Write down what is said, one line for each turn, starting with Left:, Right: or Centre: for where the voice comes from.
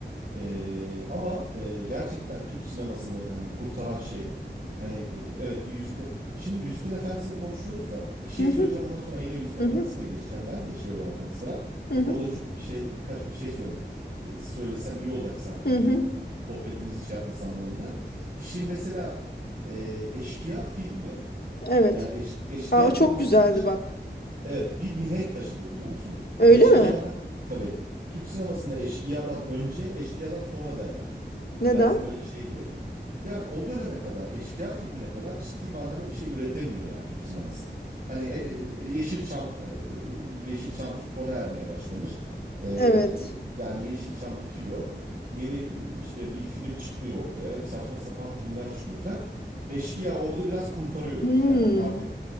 Right: Ee, ama e, gerçekten Türk sinemasını hani kurtaran şey hani e, evet bir Yüzükler şimdi Yüzüklerin Efendisi'ni konuşuyoruz da bir şey
Left: Hı hı.
Right: söyleyeceğim ondan sonra yine Yüzüklerin
Left: Hı
Right: Efendisi'ne
Left: hı,
Right: geçeceğim ben de şey olarak hani Serap
Left: hı hı,
Right: orada çünkü bir şey birkaç bir şey söyleme e, söylesem iyi olacak sanki
Left: hı hı.
Right: bu sohbetimizi şey yapması anlamında. Şimdi mesela e, Eşkıya filmi
Left: Evet.
Right: yani Eş- Eşkıya
Left: Aa, o
Right: filmi
Left: çok
Right: aslında
Left: güzeldi bak.
Right: Evet, bir mihenk taşıdır biliyor musun?
Left: Öyle
Right: Eşkıyadan
Left: mi?
Right: tabii Türk sinemasında eşkıyadan önce, eşkıyadan sonra derler.
Left: Neden?
Right: Biraz öyle şeydir. Yani o döneme kadar, eşkıya filmine kadar ciddi manada bir şey üretemiyor yani Türk sineması. Hani e, e, Yeşilçam e, Yeşilçam sona ermeye başlamış. E,
Left: Evet.
Right: yani Yeşilçam bitiyor. Yeni e, işte bir film çıkmıyor ortaya. Hep saçma sapan filmler çıkıyor filan. Eşkıya orada biraz kurtarıyor.
Left: Hmm.
Right: Yani artık